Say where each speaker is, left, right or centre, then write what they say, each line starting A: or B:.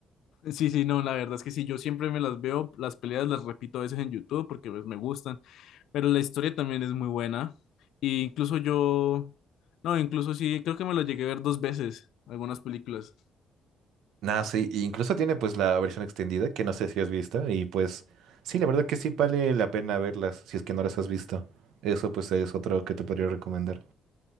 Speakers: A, on the left; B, on the right.
A: Sí, sí, no, la verdad es que sí, yo siempre me las veo, las peleas las repito a veces en YouTube porque pues, me gustan, pero la historia también es muy buena. Y incluso yo, no, incluso sí, creo que me las llegué a ver dos veces, algunas películas.
B: Nada, sí, e incluso tiene pues la versión extendida que no sé si has visto y pues sí, la verdad que sí vale la pena verlas si es que no las has visto. Eso pues es otro que te podría recomendar.